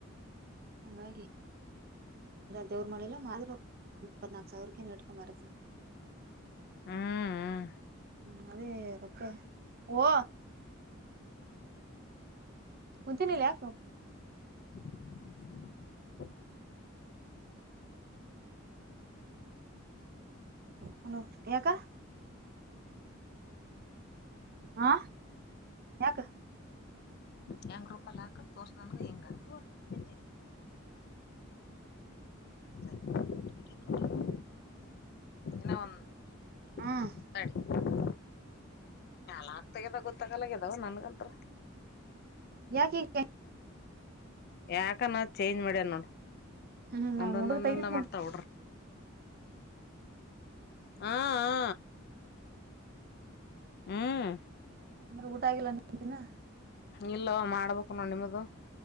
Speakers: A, on the right (about 50°); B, on the left (about 50°).
A: ಹಾಗಾಗಿ ದೇವ್ರರು ಮಾಡಿಲ್ಲ ಮಾ್ರ ಇಪ್ಪತ್ನಾಕ ಸಾವಿರಕ್ಕೆ ನಡ್ಕ ಮಾರದಂತ
B: ಹ್ಮ್ ಹ್ಮ್
A: ಹ್ಮ ಅದೇರಕ್ಕ ಓ ಹಚೆ ನೀಿಲ್ಲಯತ
B: <inaudible>
A: ಹಲೋ ಯಕ್ಕ ಹಾ ಯಾಕ
B: ಹೆಂಗ ರೂಪಾಯ ಹಾಕ ತೋರ್ಸ ಹೆಂಗಿ <unintelligible> ಇನ್ನ <unintelligible>
A: ಹ್ಮ್
B: ಗೊತ್ತಾಗದ ಗೊತ್ತಾಗಲ್ಲಗ್ಯದಾವ ನನ್ಗಂತ್ರ
A: ಯಾಕ ಈಗ
B: ಯಾಕ ನ ಚೇಂಜ್ ಮಾಡ್ಯವ ನೋಡ್
A: ಹ್ಮ್ ನಾವ್
B: ಒಂದೊಂದೊಂದಂದ
A: ಹುಡುಗ ತೆಗಿದ್ನಿ
B: ಮಾಡ್ತಾವ ಡ್ರ ಹಾ ಹಾ ಹ್ಮ್
A: ಆದ್ರೆ ಊಟ ಆಗಿಲ್ಲ ನಿಮ ದಿನ
B: ಇಲ್ಲ ಮಾಡ್ಬೇಕು ನ ನಿಮ್ದ